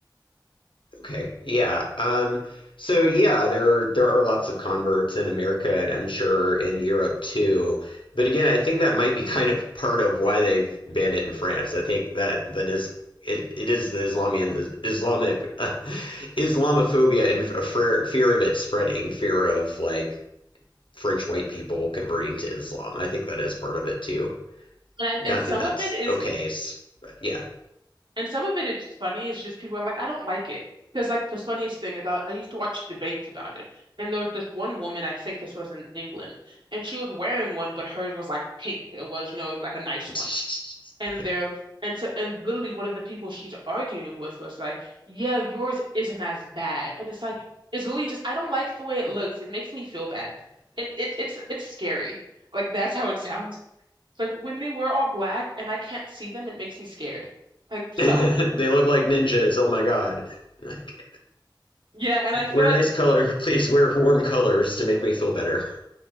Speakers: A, on the left; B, on the right.
A: Okay. Yeah. Um, so yeah, there there are lots of converts in America and I'm sure in Europe too. But again, I think that might be kind of part of why they've banned it in France. I think that that is it, it is the Islamian Islamic <laughs> uh, Islamophobia and a fear fear of it spreading, fear of like French white people converting to Islam. I think that is part of it too.
B: And I,
A: Not
B: and some
A: that that's
B: of it is
A: okay, it's, but yeah.
B: And some of it is funny, it's just people are like, I don't like it. Because like the funniest thing is I, I used to watch debates about it. And there was this one woman, I think this was in England, and she was wearing one, but hers was like pink. It was, you know, like a nice
A: <laughs>
B: one. And they're and so and literally one of the people she's arguing with was like, Yeah, yours isn't as bad. And it's like it's literally just I don't like the way it looks. It makes me feel bad. And it it's it's scary. Like that's how it sounds. It's like when they wear all black and I can't see them, it makes me scared. Like so?
A: they
B: <laughs>
A: look like ninjas. Oh my god. Like,
B: Yeah, and I feel
A: wear
B: like
A: nice color.
B: what,
A: <laughs> Please wear warm colors to make me feel better.